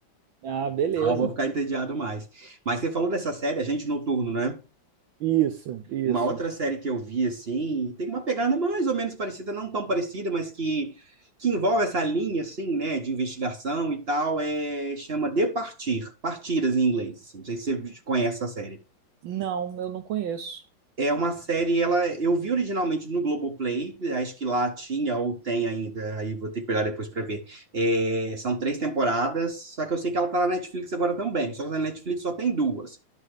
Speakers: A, on the right; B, on the right.
A: Ah, beleza.
B: Não, eu vou ficar entediado mais. Mas você falou dessa série, Agente Noturno, né?
A: Isso, isso.
B: Uma outra série que eu vi, assim, tem uma pegada mais ou menos parecida, não tão parecida, mas que, que envolve essa linha, assim, né, de investigação e tal, é, chama De Partir, Partidas em inglês, assim. Não sei se você conhece essa série.
A: Não, eu não conheço.
B: É uma série, ela eu vi originalmente no Globoplay, acho que lá tinha ou tem ainda, aí vou ter que olhar depois para ver. É, são três temporadas, só que eu sei que ela tá na Netflix agora também, só que na Netflix só tem duas.